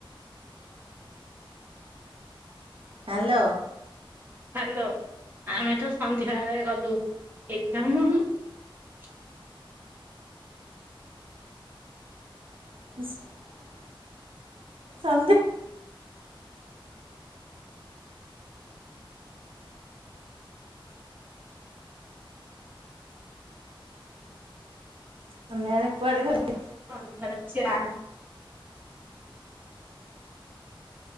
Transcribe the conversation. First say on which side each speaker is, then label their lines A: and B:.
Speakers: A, on the right (about 75°); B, on the right (about 20°).
A: ହାଲୋ।
B: ହାଲୋ ଆମେ ତ ସନ୍ଧ୍ୟା ବଳେ ଗଲୁ। <unintelligible>
A: <inaudible> ସନ୍ଦିପ୍ ସନ୍ଧ୍ୟାବେଳେ କୁଆଡେ ଖେଳି
B: <unintelligible>